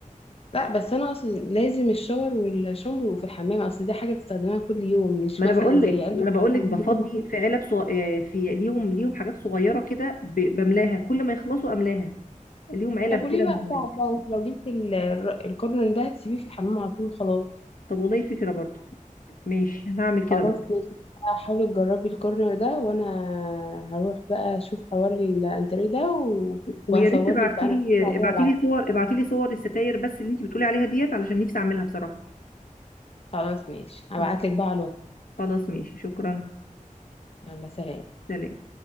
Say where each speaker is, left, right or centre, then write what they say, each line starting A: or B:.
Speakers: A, on the left; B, on the left.
A: لا بس انا اقصد لازم الشاور والشامبو يبقوا في الحمام اصل دي حاجه بتستخدمها كل يوم مش
B: ما انا
A: مثلا
B: بقول
A: زي
B: لك
A: علبه
B: ما انا بقول
A: بتجيبي
B: لك بفضي
A: كل شويه
B: في علب صغ... آه، في ليهم ليهم حاجات صغيره كده ب... بملاها كل ما يخلصوا املاها ليهم علب
A: طب وليه
B: كده
A: بقى
B: معينه
A: صعب بقى انت لو جبت ال- الكورن ده هتسيبيه في الحمام على طول خلاص
B: طب والله فكره برضو ماشي انا هعمل
A: خلاص
B: كده برضو
A: ماشي حاولي تجربي الكورنر ده وانا هروح بقى اشوف حوار الانتريه ده و...
B: ويا
A: وهصور
B: ريت ابعتي
A: لك بقى انا
B: لي
A: هشوف عليه
B: ابعتي
A: وابعت
B: لي صور ابعتي لي صور الستاير بس اللي انت بتقولي عليها ديت علشان نفسي اعملها بصراحه
A: خلاص ماشي هبعت
B: ماشي.
A: لك بقى على الواتس
B: خلاص ماشي شكرا
A: يلا سلام
B: سلام